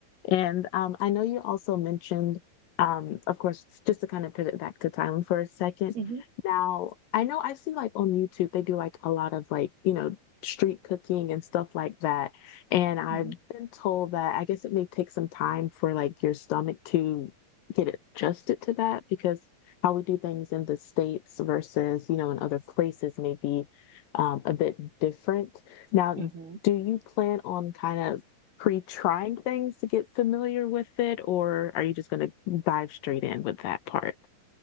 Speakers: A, on the left; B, on the right.
A: And um, I know you also mentioned, um, of course, just to kind of pivot back to Thailand for a second.
B: hmm
A: Now, I know I see like on YouTube, they do like a lot of like, you know, street cooking and stuff like that. And I've
B: hmm
A: been told that I guess it may take some time for like your stomach to get adjusted to that because how we do things in the States versus, you know, in other places may be um, a bit different. Now,
B: hmm
A: do you plan on kind of pre-trying things to get familiar with it, or are you just going to dive straight in with that part?